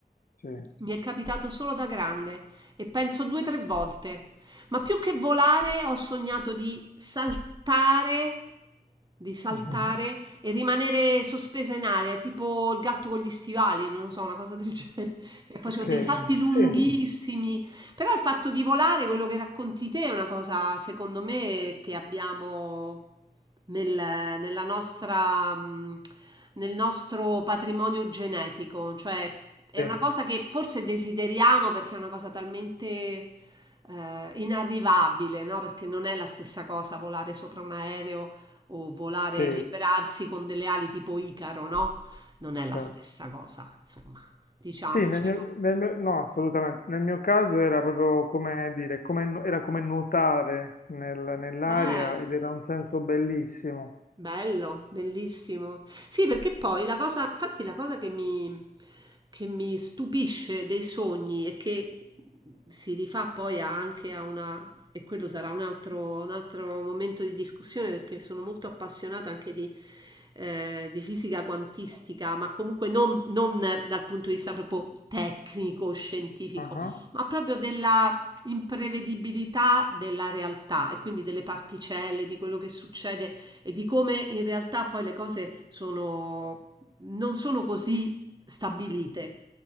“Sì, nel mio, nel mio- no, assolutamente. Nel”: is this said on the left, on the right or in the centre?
Left